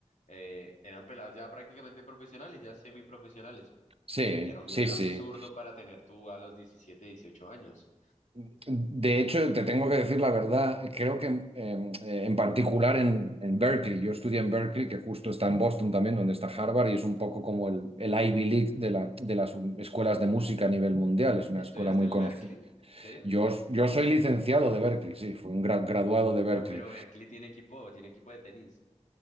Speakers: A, on the left; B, on the right.
A: eh, eran pelados ya prácticamente profesionales, ya semiprofesionales,
B: sí,
A: que era un
B: sí,
A: nivel
B: sí.
A: absurdo para tener tú a los 17 18 años.
B: De hecho, te tengo que decir la verdad, creo que em, eh, en particular en, en Berkeley, yo estudié en Berkeley, que justo está en Boston también, donde está Harvard, y es un poco como el, el Ivy League de, la- de las escuelas de música a nivel mundial, es una
A: ¿Estudiaste
B: escuela muy
A: en
B: conocida.
A: Berkeley? ¿En serio?
B: Yo, yo soy licenciado de Berkeley, sí, fui un gra- graduado de Berkeley.
A: Ah, pero Berkeley tiene equipo, tiene equipo de tenis.